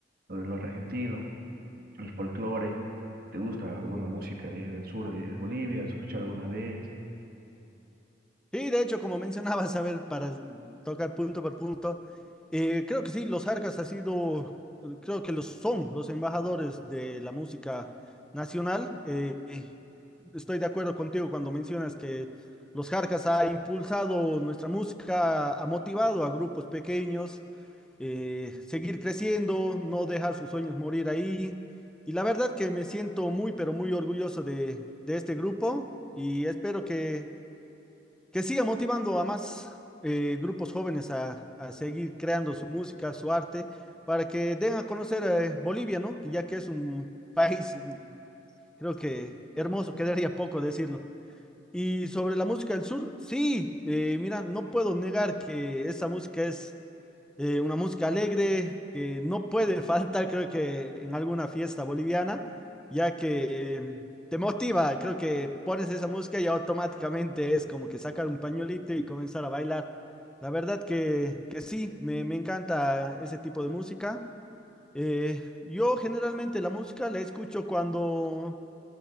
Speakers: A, on the right; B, in the centre.
A: lo del norte argentino, el folclore. ¿Te gusta alguna música de- del sur de, de Bolivia? ¿Has escuchado alguna vez?
B: Sí, de hecho, como <laughs> mencionabas, a ver, para tocar punto por punto, eh, creo que sí, los arcas ha sido, creo que los son los embajadores de la música nacional. eh, eh, estoy de acuerdo contigo cuando mencionas que los Jarcas ha impulsado nuestra música, ha motivado a grupos pequeños eh, seguir creciendo, no dejar sus sueños morir ahí. Y la verdad que me siento muy, pero muy orgulloso de, de este grupo y espero que que siga motivando a más eh, grupos jóvenes a, a seguir creando su música, su arte, para que den a conocer eh, Bolivia, ¿no? Que ya que es un país, mm, creo que hermoso, quedaría poco decirlo. Y sobre la música del sur, sí, eh, mira, no puedo negar que esa música es eh, una música alegre que no puede <laughs> faltar, creo que en alguna fiesta boliviana, ya que eh, te motiva, creo que pones esa música y automáticamente es como que sacar un pañuelito y comenzar a bailar. La verdad que, que sí, me, me encanta ese tipo de música. Eh, yo generalmente la música la escucho cuando